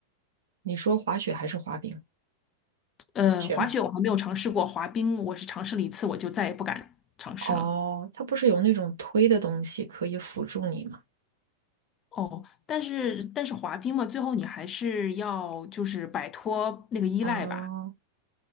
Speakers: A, on the right; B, on the left.
A: 你说滑雪还是滑冰？
B: 呃，
A: 雪吗？
B: 滑雪我还没有尝试过，滑冰我是尝试了一次，我就再也不敢尝试了。
A: 哦，它不是有那种推的东西可以辅助你吗？
B: 哦，但是但是滑冰嘛，最后你还是要就是摆脱那个依赖吧。
A: 哦。